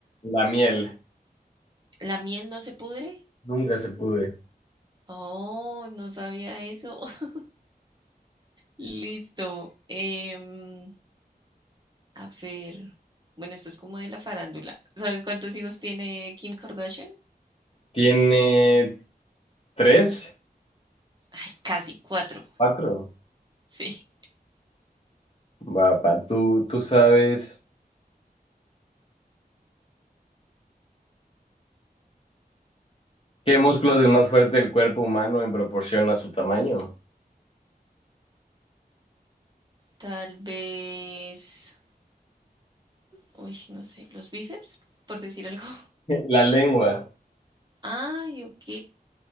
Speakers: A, on the left; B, on the right.
A: La miel.
B: ¿La miel no se pudre?
A: Nunca se pudre.
B: Oh, no sabía eso. <laughs> Listo. Em, a ver, bueno, esto es como de la farándula. ¿Sabes cuántos hijos tiene Kim Kardashian?
A: ¿Tiene tres?
B: Ay, casi cuatro. <laughs>
A: ¿Cuatro?
B: Sí.
A: Va, pa, ¿tú, tú sabes qué músculo es el más fuerte del cuerpo humano en proporción a su tamaño?
B: Tal vez. Uy, no sé. Los bíceps, por decir algo.
A: <laughs> La lengua.
B: <laughs> Ay, ok.